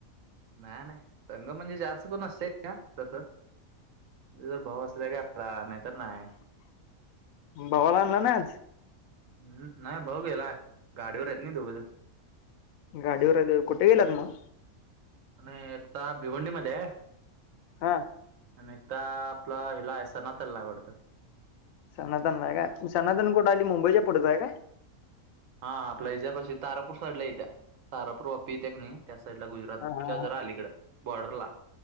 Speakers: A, on the right; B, on the left.
A: नाही, नाही संग म्हणजे जास्त पण नसते तस जर भावू असल्या का. <unintelligible> नाहीतर नाही.
B: भावालाआणल नाही आज.
A: हूं नाही भाऊ गेलाय गाडीवर आहेत नी दोघंजण.
B: गाडीवर आहे देव कुठे गेलात म?
A: नाही आत्ता भिवंडीमध्ये आहे.
B: हं!
A: आण हित आपला व्हिला आहे सण त्याला आवडतं
B: सनातन नाय का सनातन कुठ आली मुंबईच्या पुढचा आहे काय.
A: हा आपल्या हच्या पाशी तारापूर साईडला येत्या तारापूर वापी येते क नाही. त्या साइड ला गुजरातच्या
B: हा हा
A: जरा आली कडं बॉर्डरला.